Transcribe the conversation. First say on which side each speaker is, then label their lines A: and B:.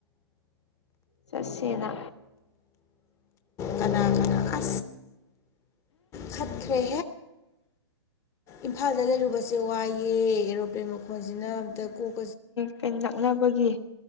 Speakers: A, on the left (about 80°); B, on the left (about 20°).
A: ꯆꯠꯁꯅ
B: ꯀꯅꯥ ꯀꯅꯥ ꯈ ꯈꯠꯇ꯭ꯔꯦ ꯏꯝꯐꯥꯜꯗ ꯂꯩꯔꯨꯕꯁꯦ ꯋꯥꯏꯑꯦ ꯑꯦꯔꯣꯄ꯭ꯂꯦꯟ ꯃꯈꯣꯟꯁꯤꯅ ꯑꯝꯇ ꯀꯣꯛ
A: ꯀ ꯅꯛꯅꯕꯒꯤ